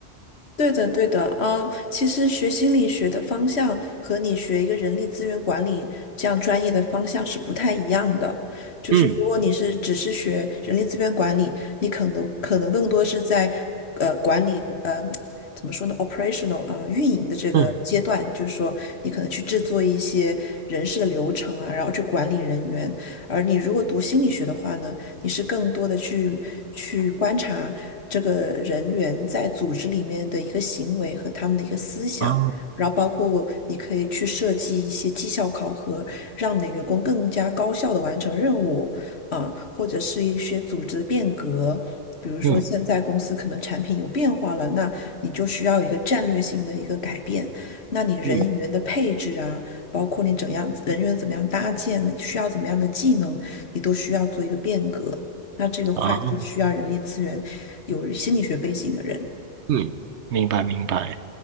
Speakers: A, on the left (about 65°); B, on the right (about 75°).
A: 对的，对的啊，其实学心理学的方向和你学一个人力资源管理这样专业的方向是不太一样的。就是如果你是只是学人力资源管理，
B: 嗯
A: 你可能可能更多是在呃管理呃怎么说呢，operational 啊、运营的这个阶段，
B: 嗯，
A: 就是说你可能去制作一些人事的流程啊，然后去管理人员。而你如果读心理学的话呢？你是更多的去去观察这个人员在组织里面的一个行为和他们的一个思想，
B: 啊
A: 然后包括你可以去设计一些绩效考核，让你的员工更加高效的完成任务啊，或者是一些组织的变革。比如说，
B: 嗯
A: 现在公司可能产品有变化了，那你就需要一个战略性的一个改变。那你人员的配置啊，
B: 嗯
A: 包括你怎样人员怎么样搭建，你需要怎么样的技能，你都需要做一个变革。那这个块就需要人力资源有心理学背景的人。
B: 啊，嗯，明白明白。